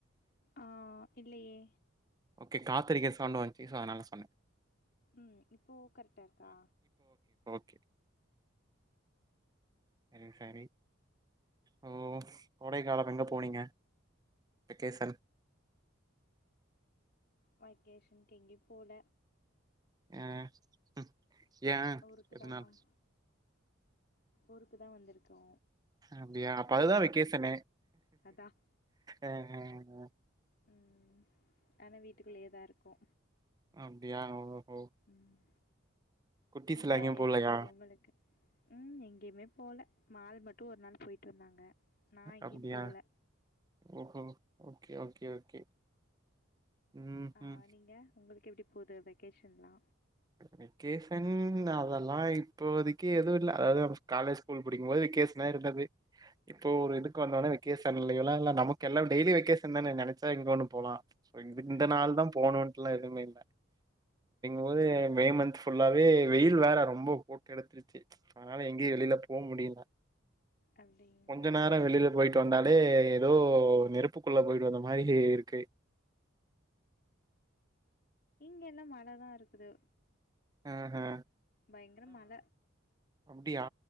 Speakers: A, on the left; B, on the right.
A: அ இல்லையே
B: கே காத்தடிக்கிற சவுண்டு வந்ச்சு சோ அதனால சொன்ன
A: ம் இப்போ கரெக்டார்க்கா
B: <unintelligible> செரி செரி ஓ கோடைக்காலம் எங்க போனீங்க வெக்கேசன்
A: வக்கேஷன்க் எங்க்யு போல
B: அ <unintelligible> ஏ
A: ஊருக்கு
B: எதனால
A: தான் ஊருக்கு தா வந்திருக்கோ
B: அப்டியா அப்ப அதுதா வெகேசனு
A: அதான்
B: அ அ அ
A: ம் ஆனா வீட்டுக்குள்ளியே தா இருக்கோ
B: அப்டியா ஓஹோ
A: ம்
B: குட்டீஸ்லாம்
A: நீங்க
B: எங்கயும்
A: எப்டி
B: போலயா?
A: போது உங்களுக்கு ம் எங் போல மால் மட்டு ஒரு நாள் போயிட்டு வந்தாங்க நான் எங்கேயும்
B: அப்டியா
A: போகல
B: ம் ம் ஓகே ஓக் ஓகே ஓகே ம்ஹ்ம்.
A: ஆ நீங்க உங்களுக் எப்டி போது வெக்கேஷன்ல்லா
B: வெக்கேஸன் அதெல்லா இப்போதிக்கு எதுவு இல்ல அதாவது நம்ம காலேஜ் ஸ்கூல் படிக்கும்போது வெக்கேஸ்ன இருந்துது இப்போ ஒரு இதுக்கு வந்தவுன்னே வெக்கேஸன் பில்லயெல்லா இல்ல நமக்கு எல்லா டெய்லி வெக்கேஸன் தான நெனச்ச எங்க ஒன்னு போலா சோ இ இந்த
A: ஆமா
B: நாள் தா போணுன்ட்லா எதுமே இல்ல போதே மே மந்த் ஃபுல்லாவே வெயில் வேற ரொம்ப போட்டு எடுத்திருச்சு அதனால எங்கியு வெளில போ முடில
A: அப்டிங்களா
B: கொஞ்ச நேர வெளில போய்ட்டு வந்தால் டே ஏதோ நெருப்புக்குள்ள போய்ட்டு வந்தா மாரி இருக்கு
A: இங்க எல்லா மழை தா இருக்குது
B: ஹம் ஹம்
A: பயங்கர மழ
B: அப்டியா